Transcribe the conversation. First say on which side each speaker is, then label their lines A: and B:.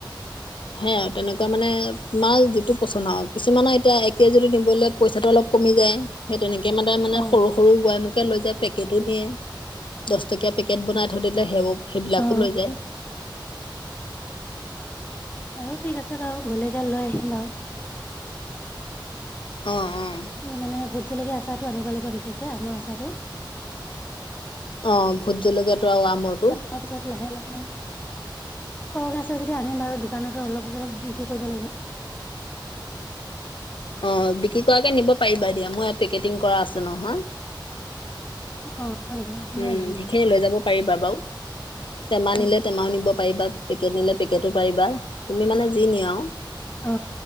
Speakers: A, on the left; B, on the left.
A: সেই আৰু তেনেকুৱা মানে তোমাৰ যিটো পচন আৰু। কিছুমানৰ এতিয়া এক কেজিটো নিবলৈ পইচাটো অলপ কমি যায়। সেই তেনেকে মানে-মানে
B: অ
A: সৰু-সৰু বৈয়ামকে লৈ যায়। পেকেটো নিয়ে। দহ টকীয়া পেকেট বনাই থৈ দিলে হে সেইবিলাকো
B: অ অ
A: লৈ যায়।
B: বাৰু ঠিক আছে বাৰু গ'লে গে লৈ আহিম বাৰু।
A: অঁ-অঁ!
B: এই মানে ভোট জলকীয়া আচাৰটো আনিব লাগিব বিশেষকৈ আমৰ আচাৰটো।
A: অঁ! ভোট জলকীয়াটো আৰু আমৰটো।
B: তাৰপিছত লাহে-লাহে সৰহকৈ আছে যদি আনিম বাৰু দোকানতো অলপ-চলপ বিক্ৰী কৰিব লাগিব।
A: অঁ! বিক্ৰী কৰাকে নিব পাৰিবা দিয়া। মোৰ এয়া পেকেটিং কৰা আছে নহয়।
B: অঁ! হয় নেকি?
A: উম!
B: লৈ আহিম
A: সেইখিনি
B: দিয়ক
A: লৈ
B: নহ'লে
A: যাব পাৰিবা বাৰু। টেমা
B: অ
A: নিলে টেমাও নিব পাৰিবা, পেকেট নিলে পেকেটো পাৰিবা, তুমি মানে যি নিয়া আৰু।
B: অঁ!